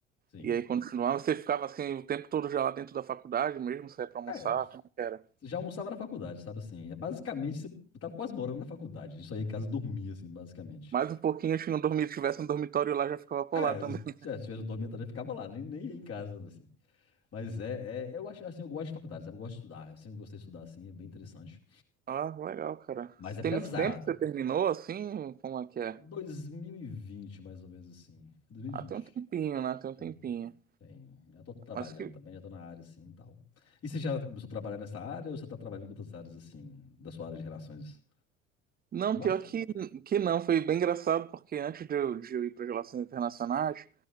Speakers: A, on the left; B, on the right.
A: sim
B: E aí quando continuava, você ficava assim o tempo todo já lá dentro da faculdade mesmo, saía pra almoçar,
A: é, você
B: como é que era?
A: já almoçava na faculdade, sabe assim? É basicamente, você tava quase morando na faculdade. A gente só ia em casa dormir, assim, basicamente.
B: Mais um pouquinho, acho que não dormi, se tivesse um dormitório lá, já ficava por
A: É,
B: lá também.
A: se
B: <laughs>
A: já tivesse dormido também, ficava lá, nem, nem ia em casa, assim. Mas é, é- eu acho assim, eu gosto de faculdade, sabe? Eu gosto de estudar, eu sempre gostei de estudar, assim, é bem interessante.
B: Ah, legal, cara.
A: Mas é
B: Tem
A: pesado.
B: muito tempo que você terminou assim? Como é que
A: 2020,
B: é?
A: mais ou menos assim. 2020.
B: Ah, tem um tempinho, né? Tem um
A: Tem,
B: tempinho.
A: tem. Já tô trabalhando
B: Mas que.
A: também, já tô na área assim e tal. E você já começou a trabalhar nessa área ou você tá trabalhando com outras áreas assim, da sua área de relações?
B: Não,
A: Mas,
B: pior que, que não. Foi bem engraçado, porque antes de eu, de eu ir para Relações Internacionais,